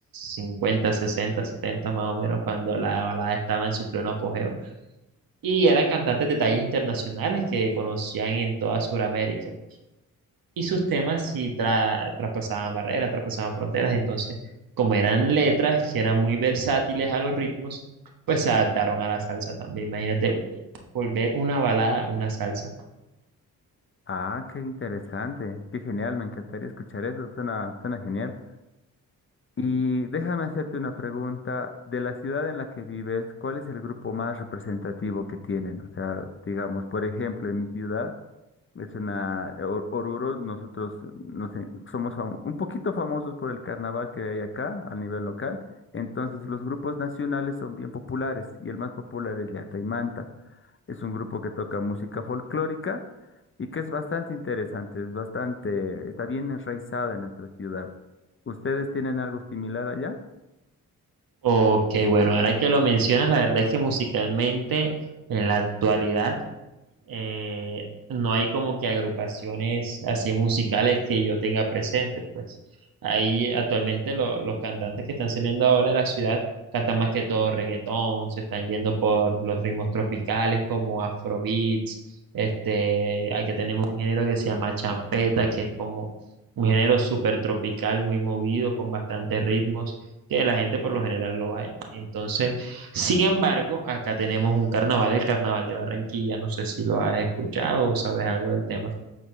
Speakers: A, on the right; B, on the left.
A: 50, 60, 70, más o menos, cuando la balada estaba en su pleno apogeo. Y eran cantantes de tallas internacionales que conocían en toda Sudamérica y sus temas sí tra- traspasaban barreras, traspasaban fronteras. Entonces, como eran letras que eran muy versátiles a los ritmos, pues se adaptaron a la salsa también. Imagínate volver una balada una salsa.
B: Ah, qué interesante. Qué genial. Me encantaría escuchar eso. Suena, suena genial. Y déjame hacerte una pregunta. De la ciudad en la que vives, ¿cuál es el grupo más representativo que tienen? O sea, digamos, por ejemplo, en mi ciudad. Es una, Or- Oruro, nosotros no sé, somos famo- un poquito famosos por el carnaval que hay acá a nivel local. Entonces, los grupos nacionales son bien populares y el más popular es Llacta y Manta. Es un grupo que toca música folclórica y que es bastante interesante, es bastante, está bien enraizada en nuestra ciudad. ¿Ustedes tienen algo similar allá?
A: Ok, bueno, ahora que lo mencionas, la verdad es que musicalmente en la actualidad eh, no hay como que agrupaciones así musicales que yo tenga presente, pues. Ahí actualmente lo- los cantantes que están saliendo ahora de la ciudad cantan más que todo reggaetón, se están yendo por los ritmos tropicales como afrobeats, este, aquí tenemos un género que se llama champeta, que es como un género súper tropical, muy movido, con bastantes ritmos, que la gente por lo general lo baila. Entonces, sin embargo, acá tenemos un carnaval, el Carnaval de Barranquilla, no sé si lo has escuchado o sabes algo del tema.